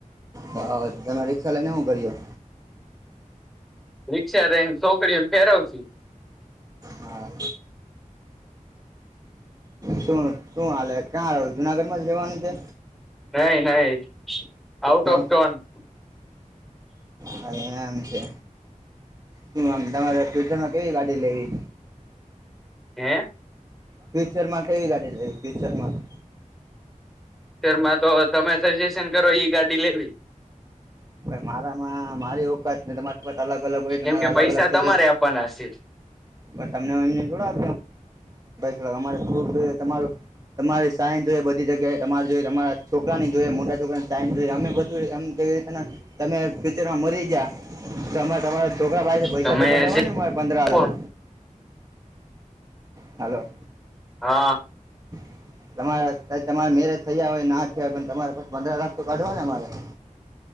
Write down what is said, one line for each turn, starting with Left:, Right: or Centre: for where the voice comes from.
Right: હા તમે રિક્ષા લઈને હું કર્યો?
Centre: રિક્ષા રેન છોકરીઓ ને ફેરવશી.
Right: હા. શું-શું હાલે, કા રહો જુનાગઢ માં જ રહેવાનું છે?
Centre: નહીં, નહીં, આઉટ
Right: તો
Centre: ઓફ ટોન
Right: હા એમ છે. હમ્મ આમ તમારે ફ્યુચરમાં કેવી ગાડી લેવી?
Centre: હે.
Right: ફ્યુચર માં કેવી ગાડી લેવી ફ્યુચર માં.
Centre: ફ્યુચરમાં તો તમે સજેશન કરો ઈ ગાડી લેવી.
Right: મારામાં મારી ઉપત ને તમારી ઉપત અલગ અલગ હોય
Centre: કેમ
Right: મારા
Centre: કે
Right: અલગ
Centre: પૈસા
Right: અલગ સજેશ.
Centre: તમારે આપવાના છે
Right: પણ તમને અમને થડા કેમે <unintelligible> તમારે સાયન જોઈએ બધી જગ્યાએ તમારે જોઈ તમારા છોકરાની જોઈએ મોટા છોકરાને સાયન જોઈ અમે બધું એમ. એ તમે ફ્યુચરમાં મરી જા. તો અમારે તમારા છોકરા પાસે પૈસા
Centre: તમે
Right: તો
Centre: જે
Right: કઢાવા ને અમારે પંદરા
Centre: આપો
Right: લાખ? હાલો.
Centre: હા.
Right: <inaudible> તમારા તમારા મેરેજ થયા હોય ના થયા હોય પણ તમારે પંદરા લાખ તો કાઢવા ને મારે. <inaudible>